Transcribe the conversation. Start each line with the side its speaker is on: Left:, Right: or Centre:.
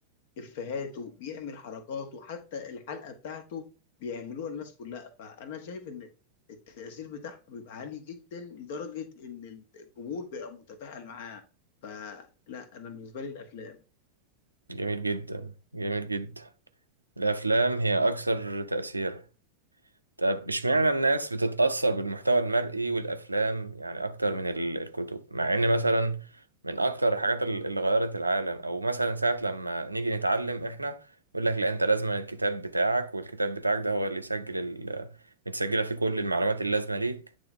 Left: افهاته بيعمل حركاته حتى الحلقه بتاعته بيعملوها الناس كلها فانا شايف ان التاثير بتاعها بيبقى عالي جدا لدرجه ان الجمهور بيبقى متفاعل معاه فلا انا بالنسبه لي الافلام
Right: جميل جدا جميل جدا الافلام هي اكثر تاثيرا طب اشمعنى الناس بتتأثر بالمحتوى المرئي والأفلام يعني أكتر من ال- الكتب مع إن مثلا من أكتر الحاجات ال- اللي غيرت العالم أو مثلا ساعة لما نيجي نتعلم إحنا يقول لك لا أنت لازم الكتاب بتاعك والكتاب بتاعك ده هو اللي يسجل ال- متسجلة فيه كل المعلومات اللازمة ليك